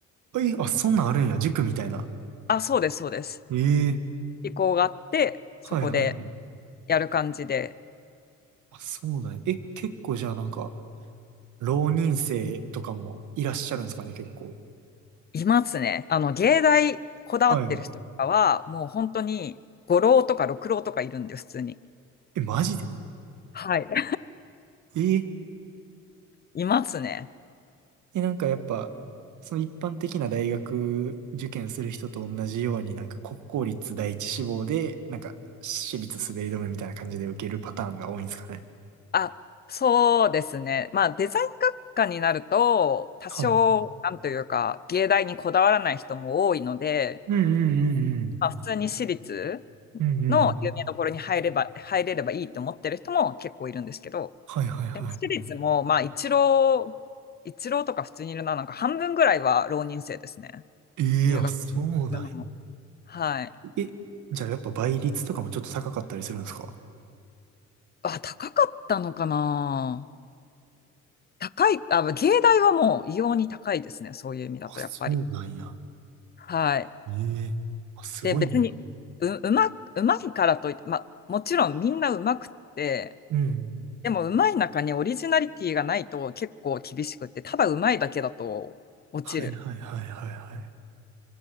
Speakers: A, on the right (about 75°); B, on the left (about 30°).
A: はい、あ、そんなんあるんや。塾みたいな。
B: あ、そうです、そうです。
A: ええ。
B: 意向があって、そこで
A: はいはいはい。
B: やる感じで、
A: あ、そうだね。え、結構じゃあなんか、浪人生とかもいらっしゃるんですかね、結構。
B: いますね。あの、芸大こだわってる人とかは、
A: はい。
B: もう本当に五浪とか六浪とかいるんで、普通に。
A: え、マジで
B: はい。<laughs>
A: え
B: いますね。
A: でなんかやっぱ、その一般的な大学受験する人と同じように、なんか国公立第一志望で、なんか私立滑り止めみたいな感じで受けるパターンが多いんですかね。
B: あ、そうですね。まあ、デザイン学科になると、多少、
A: はい。
B: なんというか、芸大にこだわらない人も多いので、
A: うんうんうんうん。
B: まあ、普通に私立
A: うんうんうん。
B: の有名どころに入れば、入れればいいと思ってる人も結構いるんですけど、
A: はいはいはい。
B: でも私立も、まあ、一浪、一浪とか普通にいるな、なんか半分ぐらいは浪人生ですね。
A: ええーあ、
B: 入学するのも。
A: そうなんや。
B: はい。
A: え、じゃあやっぱ倍率とかもちょっと高かったりするんですか
B: あ、高かったのかな高い、あ、芸大はもう異様に高いですね。そういう意味だと、
A: あ、そうなんや。
B: やっぱり。はい。
A: ええあ、すごいな。
B: で、別に、う、うま、うまいからといって、ま、もちろんみんなうまくって、
A: うん。
B: でもうまい中にオリジナリティがないと結構厳しくって、ただうまいだけだと落ちる。
A: はいはいはいはいはい。